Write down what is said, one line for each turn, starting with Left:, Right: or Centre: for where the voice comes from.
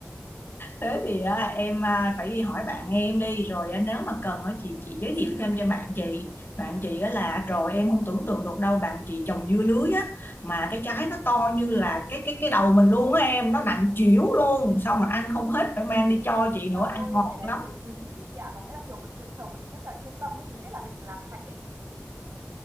Left: thế thì à, em à, phải đi hỏi bạn em đi rồi à, nếu mà cần á, chị chị giới thiệu thêm cho bạn chị bạn chị á là rồi em không tưởng tượng được đâu bạn chị trồng dưa lưới á mà cái trái nó to như là cái cái cái đầu mình luôn á em nó nặng chịu luôn xong mà ăn không hết phải mang đi cho chị nữa
Right: Eo ơi,
Left: ăn ngọt
Right: cái đấy
Left: lắm
Right: mới quý ấy chị ạ, Có nghĩa là kiểu mình tự trồng mình rất là yên tâm ấy, mình biết là mình làm sạch ấy.